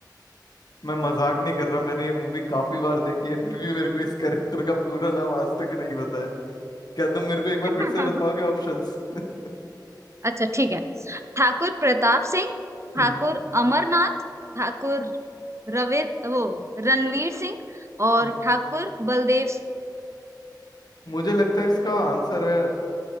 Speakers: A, on the left; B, on the right.
A: मैं मजाक नहीं कर रहा मैंने ये मूवी काफी बार देखी है फिर भी मेरे को इस कैरेक्टर का पूरा नाम आज तक नहीं पता है क्या तुम मेरे को एक बार
B: <laughs>
A: फिर से बताओगे ऑप्शंस <laughs>
B: अच्छा ठीक है ठाकुर प्रताप सिंह
A: हम्म
B: ठाकुर अमरनाथ ठाकुर रवि वो रणवीर सिंह और
A: हम्म।
B: ठाकुर बलदेव
A: मुझे लगता है इसका आंसर है